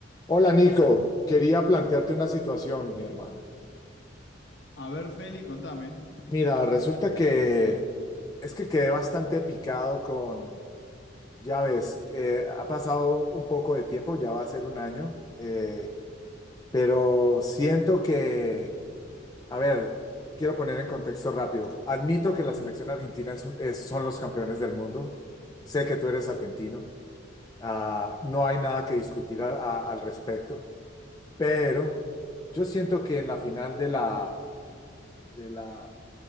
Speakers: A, on the left; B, on the left.
A: Hola Nico, quería plantearte una situación, mi hermana.
B: A ver, Feli, contame.
A: Mira, resulta que es que quedé bastante picado con, ya ves, eh, ha pasado un poco de tiempo, ya va a ser un año, eh, pero siento que, a ver, quiero poner en contexto rápido. Admito que la selección argentina es un- es- son los campeones del mundo. Sé que tú eres argentino. Ah, no hay nada que discutir a- a- al respecto, pero yo siento que en la final de la de la